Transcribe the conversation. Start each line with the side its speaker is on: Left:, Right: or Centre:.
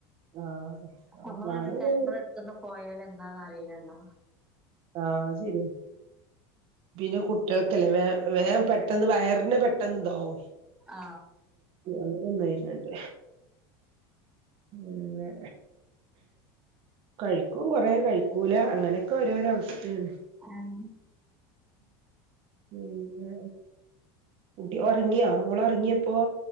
Right: ആഹ്
Centre: നമ്മളാണ്
Right: ഞാനിത്
Centre: കയ്മ്മളട്ത്ത്ന്ന് പോയാൽ എന്താന്നറിയില്ലല്ലോ
Right: ആഹ് ശരിയാ പിന്നെ കുട്ടികൾക്കല്ലേ വേ വേം പെട്ടെന്ന് വയറിന പെട്ടെന്ന് ഹാവു <inaudible>
Centre: ആ
Right: അങ്ങനെൊന്നും വരുന്നുണ്ട്േ പിന്നെ കഴിക്കും കൊറേ കഴിക്കൂല അങ്ങനെയൊക്കെ ഓരോരോ അവസ്ഥേണ്
Centre: ആം
Right: പിന്നെ കുട്ടി ഉറങ്ങിയോ മോളൊറങ്ങിയപ്പോൊ